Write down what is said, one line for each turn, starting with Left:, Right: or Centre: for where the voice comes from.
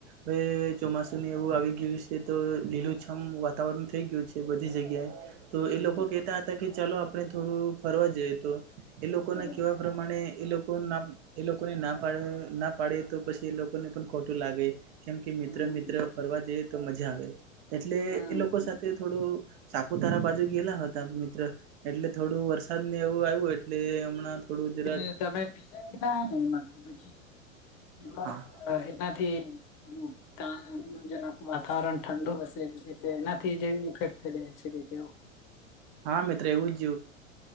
Right: હવે ચોમાસું એવું આવી ગયું છે તો લીલુંછમ વાતાવરણ થઈ ગયું છે બધી જગ્યાએ. તો
Left: હમ
Right: એ લોકો કેહેતા હતા કે ચાલો આપણે થોડું ફરવા જઈએ તો એ લોકોને
Left: બરાબર
Right: કેવા પ્રમાણે એ લોકો ના એ લોકોને નામ ના પાડે તો પછી એ લોકોને પણ ખોટું લાગે, કેમ કે
Left: હમ
Right: મિત્ર મિત્ર ફરવા જઈએ તો મજા આવે, એટલે
Left: હમ
Right: એ લોકો સાથે થોડું સાપુતારા બાજુ ગેલા હતા મિત્ર, એટલે થોડું વરસાદ ને એવું આવ્યું એટલે હમણાં થોડું જરાક
Left: એટલે તમે ભીજા ગલા હે ને એમાં કે પછી, એમાં
Right: હા
Left: જ. એનાથી થોડું ત જે વાતાવરણ ઠંડુ હશે એ એનાથી જે ઇફેક્ટ થઈ જાય છેવ.
Right: હા મિત્ર એવું જ.